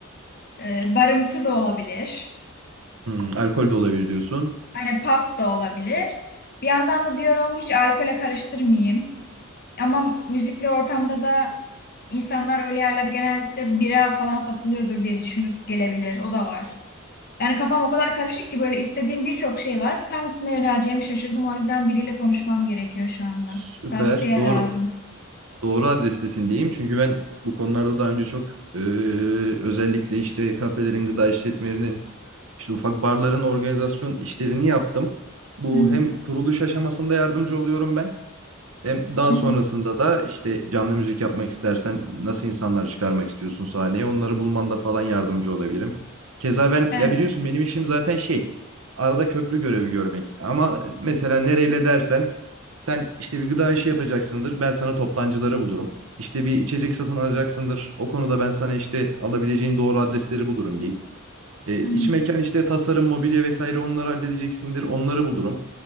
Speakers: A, on the left; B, on the right.
A: E, barımsı da olabilir.
B: Hı, alkol de olabilir diyorsun.
A: Hani pop da olabilir. Bir yandan da diyorum hiç alkole karıştırmayayım. Ama müzikli ortamda da insanlar öyle yerlerde genellikle bira falan satılıyordur diye düşünüp gelebilir. O da var. Yani kafam o kadar karışık ki böyle istediğim birçok şey var. Hangisine yöneleceğimi şaşırdım. O yüzden biriyle konuşmam gerekiyor şu anda.
B: Süper.
A: Tavsiye
B: Doğru
A: lazım.
B: doğru adrestesin diyeyim. Çünkü ben bu konularda daha önce çok e, özellikle işte kafelerin, gıda işletmelerinin, işte ufak barların organizasyon işlerini yaptım. Bu
A: Hı hı.
B: hem kuruluş aşamasında yardımcı oluyorum ben. Hem daha
A: Hı
B: sonrasında
A: hı.
B: da işte canlı müzik yapmak istersen nasıl insanlar çıkarmak istiyorsun sahneye onları bulmanda falan yardımcı olabilirim. Keza ben
A: Evet.
B: ya biliyorsun benim işim zaten şey arada köprü görevi görmek ama mesela nereyle dersen sen işte bir gıda işi yapacaksındır ben sana toptancıları bulurum. İşte bir içecek satın alacaksındır o konuda ben sana işte alabileceğin doğru adresleri bulurum diyeyim. E,
A: Hı
B: iç
A: hı.
B: mekan işte tasarım, mobilya vesaire onları halledeceksindir. Onları bulurum.